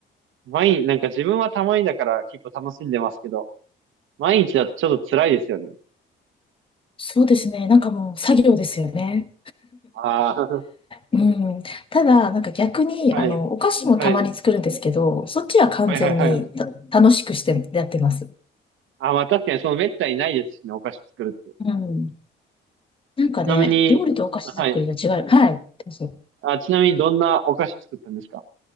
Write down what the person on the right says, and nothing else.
毎日、なんか自分はたまにだから結構楽しんでますけど、毎日だとちょっと辛いですよね。
ああ、
<laughs>
はい。
はい。
はいはいはい。ああ、まあ確かにその滅多にないですしね、お菓子作るって。
ちなみに、
はい。
あ、ちなみにどんなお菓子作ったんですか